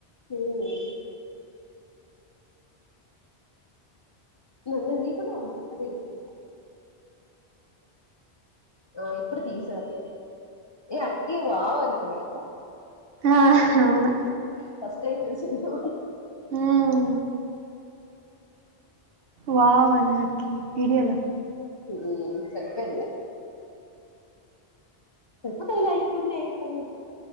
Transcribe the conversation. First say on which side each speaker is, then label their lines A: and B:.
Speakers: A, on the left (about 35°); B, on the right (about 65°).
A: ఓహో. నన్ను తి కూండా <inaudible> తెచ్చిందా ఆహ్ ఇప్పుడు తీసర్లే ఏ అక్కి బావానింది కదా.
B: ఆహ్ అవునా.
A: ఫస్ట్ టైం చూస్తున్నా
B: ఉమ్ వావ్ అనే అక్కి వీడియోలో
A: ఉమ్ సరిపోయిందిలే. చెప్పు తో అయ్యే కొన్ని అయిపోవు.